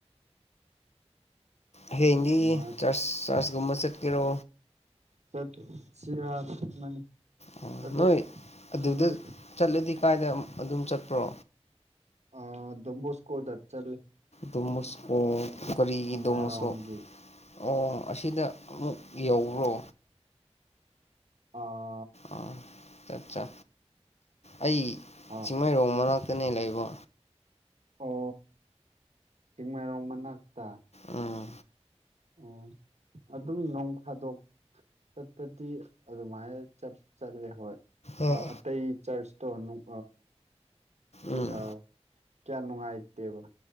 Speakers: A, on the left; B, on the right.
A: ꯍꯌꯦꯡꯗꯤ
B: ꯃꯥ
A: ꯆꯔꯁ ꯆꯔꯁꯒꯨꯝꯕ ꯆꯠꯀꯦꯔꯣ
B: ꯆꯠ ꯁꯤꯔ ꯈꯟꯕꯅꯤ
A: ꯑꯣ
B: ꯑꯗꯨ
A: ꯅꯣꯏ ꯑꯗꯨꯗ
B: ꯈꯪꯗꯦ
A: ꯆꯠꯂꯗꯤ ꯀꯥꯏꯗ ꯑꯝ ꯑꯗꯨꯝ ꯆꯠꯄ꯭ꯔꯣ
B: ꯑ ꯗꯣꯝꯕꯣꯁ ꯀꯣꯗ ꯆꯠꯂꯤ
A: ꯗꯣꯃꯣꯁꯀꯣ ꯀꯔꯤꯒꯤ
B: ꯆꯤꯡꯃꯩꯔꯣꯡꯒꯤ
A: ꯗꯣꯃꯣꯁꯀꯣ ꯑꯣ ꯑꯁꯤꯗ ꯑꯃꯨꯛ ꯌꯧꯕ꯭ꯔꯣ
B: ꯑ
A: ꯑꯥ ꯑꯆꯠꯆꯥ ꯑꯩ
B: ꯍꯣꯏ
A: ꯆꯤꯡꯃꯩꯔꯣꯡ ꯃꯅꯥꯛꯇꯅꯦ ꯂꯩꯕ
B: ꯑꯣ ꯆꯤꯡꯃꯩꯔꯣꯡ ꯃꯅꯥꯛꯇ
A: ꯎꯝ
B: ꯑꯣ ꯑꯗꯨꯝ ꯅꯣꯡ ꯐꯥꯗꯣꯛ ꯆꯠꯄꯗꯤ ꯑꯗꯨꯃꯥꯏꯅ ꯆꯠ ꯆꯠꯂꯦ ꯍꯣꯏ
A: ꯎꯝ
B: ꯑ ꯑꯇꯩ ꯆꯔꯆ ꯇꯣ ꯅꯨꯡ ꯀꯤ
A: ꯎꯝ
B: ꯀꯌꯥ ꯅꯨꯡꯉꯥꯏꯇꯦꯕ